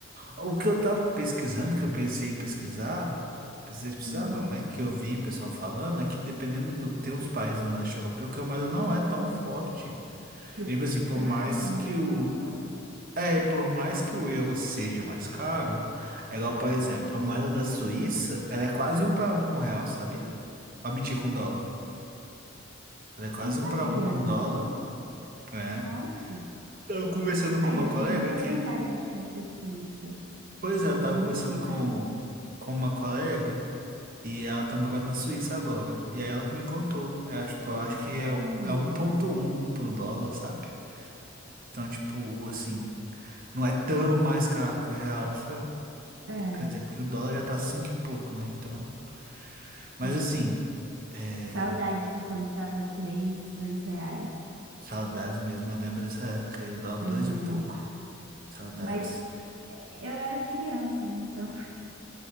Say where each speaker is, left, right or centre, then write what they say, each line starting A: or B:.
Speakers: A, on the right; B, on the right.
A: O que eu tava pesquisando, que eu pensei em pesquisar, pensei em pesquisar
B: Hum,
A: não, né? Que eu vi o pessoal falando, é que dependendo do. Tem uns países no leste europeu que a moeda não é tão forte.
B: que o
A: E, tipo
B: que...
A: assim, por
B: Ah,
A: mais
B: que a moeda
A: que o.
B: não é forte.
A: É, e por mais que o euro seja mais caro, é igual, por
B: Hum,
A: exemplo, a moeda da Suíça, ela é quase um para um com o real, sabia? Ah, mentira, com dólar. Ela é quase
B: Não sabia,
A: um para um com
B: não.
A: dólar, é.
B: Nossa.
A: Tava conversando
B: Aí
A: com uma
B: eu
A: colega
B: tenho muita
A: que.
B: vontade de conhecer a Suíça.
A: Pois
B: Acho
A: é, eu
B: lindo
A: tava conversando
B: demais.
A: com, com uma colega. E ela tá morando na Suíça agora. E é ela que me contou. É,
B: Ah,
A: tipo,
B: que
A: eu acho
B: bacana.
A: que é, o- é um ponto um pro dólar, sabe? Então, tipo, assim, não é tão mais caro que o real, sabe?
B: É,
A: Quer dizer, porque o dólar já tá cinco e pouco, né? Então. Mas
B: é.
A: assim, é,
B: Saudade de quando tava três, dois reais.
A: saudades mesmo. Eu lembro dessa época aí, o dólar
B: Eu
A: dois
B: lembro.
A: e pouco. Saudades.
B: Mas eu era criança, né? Então